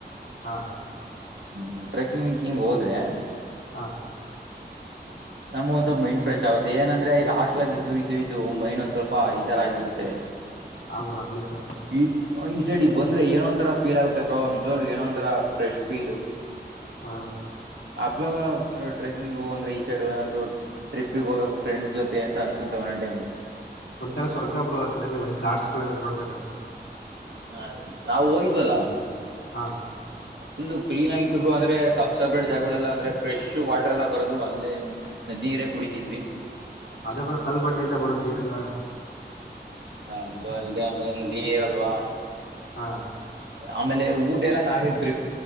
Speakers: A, on the left; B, on the right.
A: ಹಾ
B: ಹ್ಮ್ ಟ್ರೆಕ್ಕಿಂಗ್ ಹಿಂಗ್ ಹೋದ್ರೆ.
A: ಹಾ
B: ನಮ್ಗ ಒಂದ ಸ್ವಲ್ಪ ಮೈಂಡ್ ಫ್ರೆಶ್ ಆಗುತ್ತೆ ಏನಂದ್ರೆ ಈಗ ಹಾಸ್ಟ್ಲಗ ಇದ ಇದ ಇದು ಮೈಂಡ್ ಒಂದ್ ಸ್ವಲ್ಪ ಈ ತರ ಆಗಿರುತ್ತೆ
A: ಆವುರಗ್ಲಲಿಚ
B: ಈ ಈ ಸೈಡ್ಗ್ ಬಂದ್ರೆ ಏನ ಒಂತರ ಫೀಲ್ ಆಗುತ್ತೆ ಬ್ರೋ ನಿಜವಲ್ಲ ಏನ ಒಂರ ಫ್ರೆಶ ಫೀಲ್
A: ಹಾ
B: ಅಗ್ಲಗ್ ಟ್ರೆಕಿಂಗು ಅಂದ್ರೆ ಈ ಸೈಡ್ ಏನಾದ್ ಟ್ರಿಪಿಗೆ ಹೋಗಬೇಕು ಫ್ರೆಂಡ್ಸ್ ಜೊತೆ ಅಂತ ಅನ್ಸುತ್ತೆ ಒಂದ್ ಟೈಮ್
A: ಒಂಥರ ಸ್ವರ್ಗ ಬರು ಆ ಕಡೆ ಎಲ್ಲ ಗಾಟ್ಸ್ಗಳೆಲ್ಲ ನೋಡ್ದಾಗ
B: ಹಾ ನಾವು ಹೋಗಿದ್ವಲ್ಲ
A: ಹಾ
B: ಫುಲ್ಲು ಕ್ಲೀನ್ ಆಗತ್ ಬರು ಅಂದ್ರೆ ಸಬ್ ಸಪ್ರೇಟ್ ಜಾಗಗಳೆಲ್ಲ ಅಂದ್ರೆ ಫ್ರೆಶ್ ವಾಟರ್ ಎಲ್ಲ ಬರೋದು ಅಲ್ಲೇ ನದಿರ ಕುಡಿತಿದ್ವಿ
A: ಅದ ಬರೋ ಕಲ್ಬಣ್ಣೆ ಎಂತ ಬರುತ್ ನೀರೆಲ್ಲಾ
B: ಅಲ್ಲದ ಅಲ್ದು ಅಲ್ಲದೆೇ ಆಮೇಲೆ ಇನ್ನು ದಿನಿ ಇರಲ್ವಾ
A: ಹಾ
B: ಆಮೇಲೆ ಊಟ ಎಲ್ಲಾ ನಾವೇ ಪ್ರಿಫ